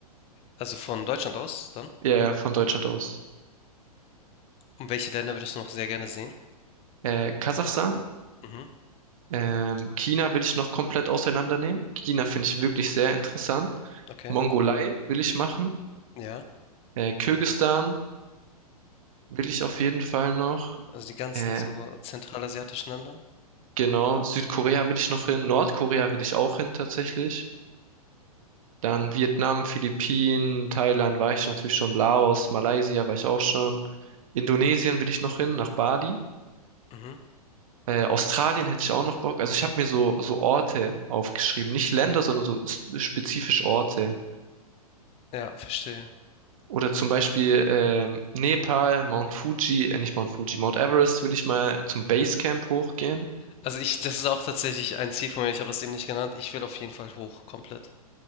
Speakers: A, on the left; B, on the right.
A: Also von Deutschland aus dann?
B: Ja, ja, von Deutschland aus.
A: Und welche Länder würdest du noch sehr gerne sehen?
B: Äh, Kasachstan,
A: Mhm.
B: ähm, China will ich noch komplett auseinandernehmen. China finde ich wirklich sehr interessant.
A: Okay.
B: Mongolei will ich machen.
A: Ja.
B: Äh, Kirgisistan will ich auf jeden Fall noch.
A: Also die ganzen
B: Äh,
A: so zentralasiatischen Länder?
B: Genau, Südkorea will ich noch hin, Nordkorea will ich auch hin tatsächlich. Dann Vietnam, Philippinen, Thailand war ich natürlich schon, Laos, Malaysia war ich auch schon. Indonesien will ich noch hin, nach Bali.
A: Mhm.
B: Äh, Australien hätte ich auch noch Bock. Also ich habe mir so, so Orte aufgeschrieben. Nicht Länder, sondern so s- spezifisch Orte.
A: Ja, verstehe.
B: Oder zum Beispiel ähm, Nepal, Mount Fuji, äh, nicht Mount Fuji, Mount Everest will ich mal zum Basecamp hochgehen.
A: Also ich das ist auch tatsächlich ein Ziel von mir. Ich habe das eben nicht genannt. Ich will auf jeden Fall hoch, komplett